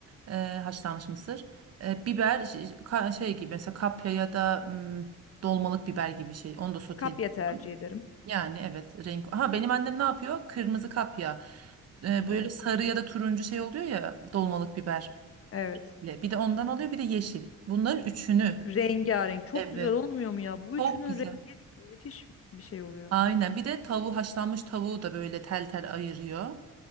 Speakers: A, on the right (about 55°); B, on the left (about 50°).
A: e, haşlanmış mısır, e, biber ş- ş- ka- şey gibi mesela kapya ya da mm, dolmalık biber gibi şey. Onu da soteliyorsun.
B: kapya tercih ederim.
A: Yani evet renk. Ha benim annem ne yapıyor? Kırmızı kapya. E, böyle
B: Evet.
A: sarı ya da turuncu şey oluyor ya dolmalık biberle.
B: Evet.
A: Bir de ondan alıyor, bir de yeşil. Bunların üçünü.
B: Rengarenk çok
A: Evet.
B: güzel olmuyor mu ya? Bu
A: Çok
B: üçünün
A: güzel.
B: rengi müthiş bir şey oluyor.
A: Aynen. Bir de tavuğu haşlanmış tavuğu da böyle tel tel ayırıyor.